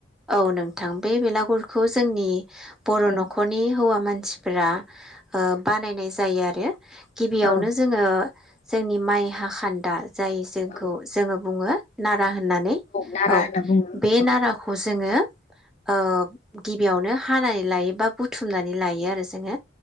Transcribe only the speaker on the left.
औ
औ
औ
नारा
होनना बुङो
औ